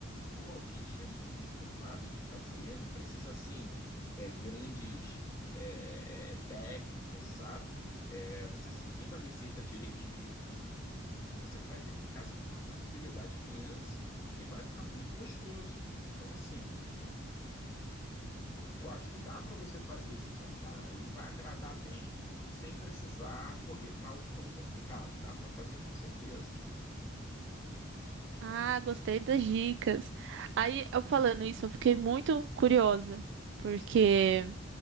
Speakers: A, on the left; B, on the right.
A: Pô, o quindim é muito fácil de fazer, não precisa assim é, grandes é, é, técnicas, sabe? É, você seguindo a receita direitinho ali do quindim, pô, você faz ele em casa com uma tranquilidade imensa e vai ficar muito gostoso. Então, assim, eu acho que dá para você fazer esse jantar aí, vai agradar bem, sem precisar correr para algo tão complicado. Dá para fazer com certeza.
B: Ah, gostei das dicas. Aí eu falando isso, eu fiquei muito curiosa, porque
A: Sim.